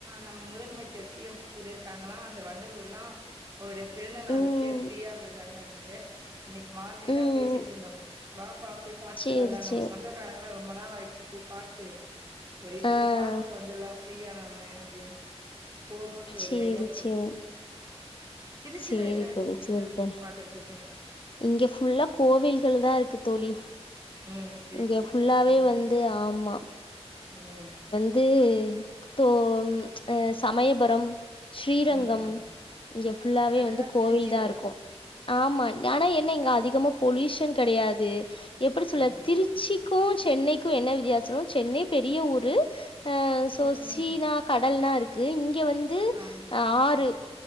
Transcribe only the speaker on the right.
நம்ம முதலமைச்சர் சி எம் சொல்லிருக்காங்களா அந்த வண்டலூர்லா அவருடைய பிறந்த நாளுக்கு
ஃப்ரீயா விட்றாங்க அப்டின்ட்டு இன்னைக் மார்னிங்
தா பேசிட்ருந்தோ வாப்பா போய் பாத்துட்டு
வர்லா
நம்ம சொந்தக்காரங்ளா ரொம்ப நாள் ஆயிருச்சு போய் பாத்து ஒரு எட்டு
போய் பாத்துட்டு வந்துர்லா ஃப்ரீயா நாம அப்டின்ட்டு போனுட்டு
ஒரு ஐடியா போட்ருக்கோ
திருச்சில
என்ன இருக்கு
ஸ்பெஷல்
சுத்தி
பாக்குறதுக்கு
ம் திருச்சியில
ம்
ம்
ம்
அதெல்லாம்
திருச்சியில
தான்
இல்ல
கண்டிப்பா
ம்
ஆமா
ம்